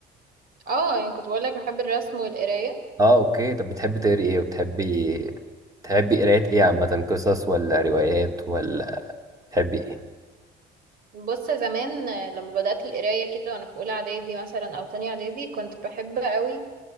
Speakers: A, on the right; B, on the right.
A: اه يعني كنت بقول لك بحب الرسم والقرايه
B: اه اوكي طب بتحبي تقري ايه وبتحبي تحبي قراية ايه عامة قصص ولا روايات ولا تحبي ايه
A: بص زمان آه، لما بدات القرايه كده وانا في اولى اعدادي مثلا او تانية اعدادي كنت بحب قوي